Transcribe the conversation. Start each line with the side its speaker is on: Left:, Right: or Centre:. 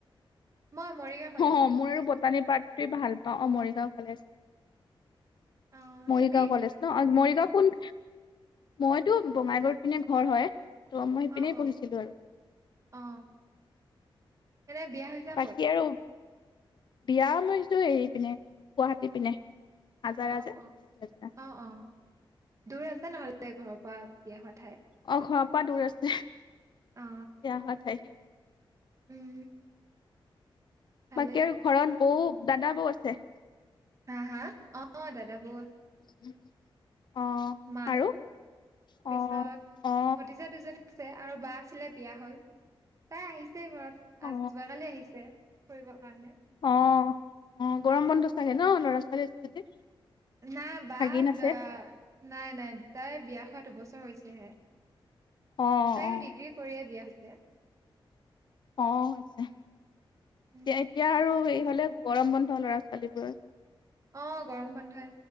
Right: মই মৰিগাঁও কলেজত
Left: অ', মোৰ আৰু বটানী পাৰ্টটোৱে ভাল পাওঁ অ, মৰিগাঁওৰ কলেজ।
Right: অ
Left: মৰিগাঁও
Right: তুমি?
Left: কলেজ ন' মৰিগ <unintelligible> কোন, মইতো বঙাইগাঁওত পিনে ঘৰ হয়। ত' মই ইপিনে
Right: অ অ
Left: পঢ়িছিলোঁ আৰু।
Right: অ এনে বিয়া হৈছে
Left: বাকী
Right: ক'ত?
Left: আৰু বিয়া মই হৈছোঁ হেৰি পিনে, গুৱাহাটী পিনে। আজাৰা
Right: অ
Left: যে <unintelligible>
Right: অ অ অ দূৰ আছে নহ'লে ঘৰৰ পৰা বিয়া হয়।
Left: অ', ঘৰৰ পৰা দূৰ আছে, বিয়া
Right: অ
Left: হোৱা ঠাই।
Right: উম, ভালে
Left: বাকী আৰু ঘৰত বৌ, দাদা বৌ আছে।
Right: <unintelligible> অ, অ, দাদা বৌ
Left: <unintelligible>
Right: মাৰ
Left: আৰু
Right: পিছত
Left: অ অ
Right: ভতিজা দুজনী আছে আৰু বা আছিলে বিয়া হল তাই আহিছে ঘৰত
Left: অ
Right: আ যোৱাকালি আহিছে ফুৰিবৰ কাৰণে
Left: অ অ গৰম বন্ধ চাগে ন ল'ৰা ছোৱালী আছে যদি
Right: নাই বা
Left: ভাগিন আছে
Right: দ নাই নাই তাই বিয়া হোৱা দুবছৰ হৈছেহে
Left: অ
Right: তাইও
Left: অ
Right: ডিগ্ৰী কৰিয়ে বিয়া হৈছ ছে
Left: অ আচ্ছা
Right: উম
Left: এয়া এতিয়া আৰু এই হলেত গৰম বন্ধ ল'ৰা-ছোৱালীবোৰৰ
Right: অ গৰম বন্ধই,